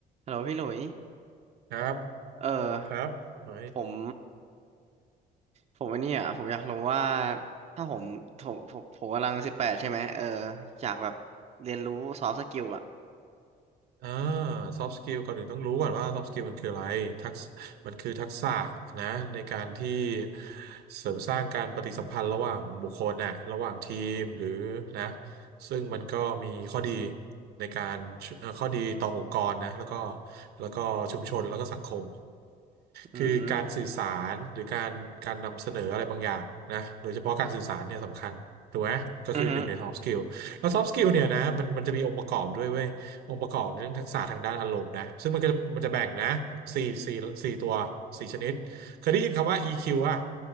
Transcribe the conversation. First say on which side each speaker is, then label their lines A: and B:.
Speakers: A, on the right; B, on the right.
A: ฮัลโหลพี่หลุย
B: ครับ
A: เอ
B: ครับขอให้
A: อผมผมอันนี้อ่ะผมอยากรู้ว่าถ้าผมผมผมผมกำลังสิบแปดใช่ไหมเอออยากแบบเรียนรู้ซอฟต์สกิลอ่ะ
B: อ่าซอฟต์สกิลก่อนอื่นต้องรู้ก่อนว่าซอฟตสกิลมันคืออะไรทักษมันคือทักษะนะในการที่เสริมสร้างการปฏิสัมพันธ์ระหว่างบุคคลน่ะระหว่างทีมหรือนะซึ่งมันก็มีข้อดีในการเอ่อข้อดีต่อองค์กรนะแล้วก็แล้วก็ชุมชนแล้วก็สังคม
A: อืม
B: คือการสื่อสารหรือการการนำเสนออะไรบางอย่างนะโดยเฉพาะการสื่อสารเนี่ยสำคัญถูกไหมก็คือหนึ่งใน
A: อือฮึ
B: soft skill แล้ว soft skill เนี่ยนะมันมันจะมีองค์ประกอบด้วยเว้ย องค์ประกอบเรื่องทักษะทางด้านอารมณ์นะซึ่งมันก็มันจะแบ่งนะสี่สี่สี่ตัวสี่ชนิดเคยได้ยินคำว่า EQ อ่ะ